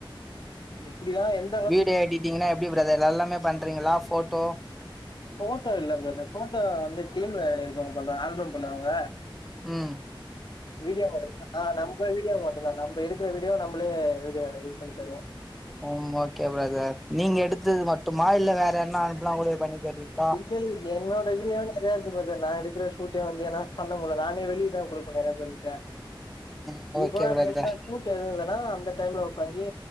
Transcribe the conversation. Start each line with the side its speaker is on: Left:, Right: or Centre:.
Left: எப்டியோ என்
Centre: வீடியோ எடிட்டிங்னா எப்டி பிரதர் எல்லாமே பண்றீங்களா ஃபோட்டோ
Left: ஃபோட்டோ இல்ல பிரதர் ஃபோட்டோ வந்து டீம்ல வேல இருக்குறவங்க பண்றாங்க ஆல்ப பண்ணுவாங்க
Centre: ம்
Left: வீடியோ மட்டு தா நம்ம வீடியோ மட்டுதா நம்ம எடுக்குற வீடியோ நம்மளே வீடியோ எடிட் பண்ணி தருவோ
Centre: ம் ஓகே பிரதர் நீங்க எடுத்தது மட்டுமா இல்ல வேற யார்ன்னா அனுப்புனா கூட பண்ணி தருவீங்களா
Left: இல்ல இல்ல என்னோட வீடியோ முடியாது பிரதர் நா எடுக்குற ஷூட்டே வந்து என்னால பண்ண முடில நானே வெளியதா குடுப்ப நெறய பேர் கிட்ட
Centre: ம் ஓகே
Left: இப்பதா
Centre: பிரதர்
Left: நய்பா ஷூட் இந்த டைம் ல இல்லனா அந்த டைம்ல உக்காஞ்ஜி